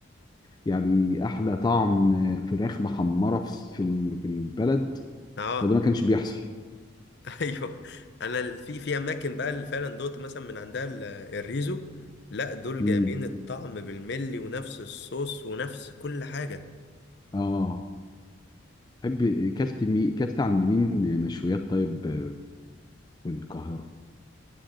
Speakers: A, on the left; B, on the left.
A: يعني احلى طعم فراخ محمره في في في البلد
B: اه
A: فده ما كانش بيحصل
B: <laughs> ايوه انا ال- في في اماكن بقى اللي فعلا دوت مثلا من عندها ال- الريزو لا دول
A: امم
B: جايبين الطعم بالملي ونفس الصوص ونفس كل حاجه
A: اه تحب كلت مي... كلت عند مين مشويات طيب آه، في القاهرة